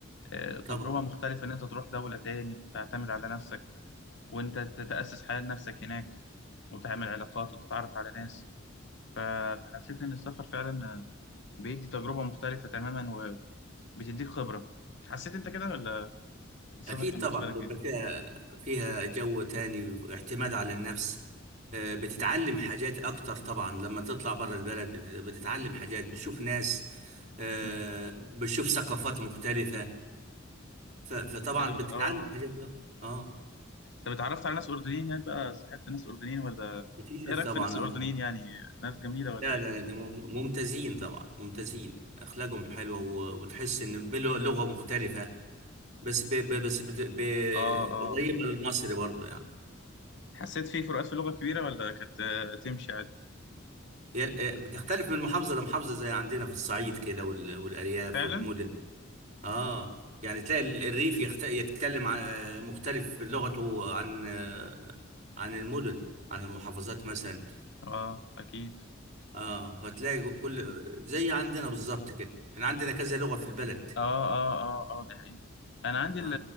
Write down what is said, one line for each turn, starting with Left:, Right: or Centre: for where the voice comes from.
Left: آه، تجربة
Right: طبعا
Left: مختلفة ان انت تروح دولة تاني وتعتمد على نفسك وانت تتأسس حياة لنفسك هناك وتعمل علاقات وتتعرف على ناس ف- فحسيت إن السفر فعلا بيدي تجربة مختلفة تماما وبتديك خبرة حسيت أنت كده ولا السفر
Right: أكيد
Left: كان
Right: طبعا
Left: بالنسبة
Right: بيبقى
Left: لك إيه؟
Right: فيها فيها جو تاني اعتماد على النفس آه، بتتعلم حاجات أكتر طبعا لما تطلع بره البلد بت- بتتعلم حاجات بتشوف ناس آه،
Left: مم.
Right: بتشوف ثقافات مختلفة ف- فطبعا
Left: طب حلو
Right: بتتعلم
Left: ده آه
Right: حاجات اه آه،
Left: طب اتعرفت على ناس أردنيين هناك بقى صاحبت ناس أردنيين ولا إنت
Right: كتير
Left: إيه رأيك
Right: طبعا
Left: في الناس الأردنيين
Right: اه
Left: يعني ناس جميلة ولا
Right: لا
Left: إيه؟
Right: لا لا ده مم- ممتازين طبعا ممتازين أخلاقهم حلوة و- وتحس إن بلغة مختلفة بس ب ب بس بت- ب-
Left: آه آه
Right: قريبة للمصري برضو يعني
Left: حسيت في فروقات في اللغة كبيرة ولا كانت آه، تمشي عادي؟
Right: هي- بتختلف من محافظة لمحافظة زي عندنا في الصعيد كده وال- والأرياف
Left: فعلا؟
Right: والمدن اه يعني تلاقي ال- الريف يخت... يتكلم ع- آه، مختلف لغته عن آه، عن المدن عن المحافظات مثلا
Left: آه أكيد
Right: اه فتلاقي كل زي عندنا بالظبط كده احنا عندنا كذا لغة في البلد
Left: آه آه آه آه دي حقيقة أنا عندي
Right: اه
Left: ال-